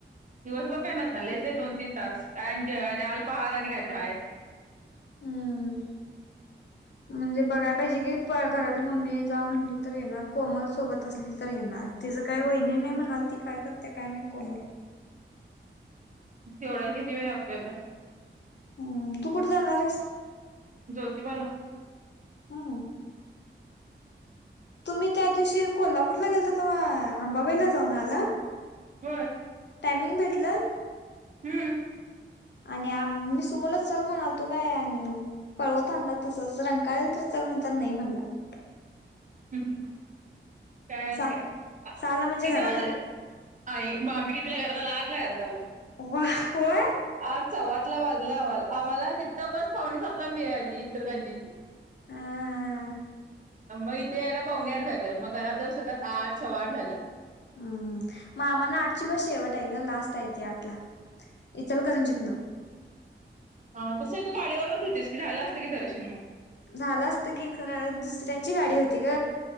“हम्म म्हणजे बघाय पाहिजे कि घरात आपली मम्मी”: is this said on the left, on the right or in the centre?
Left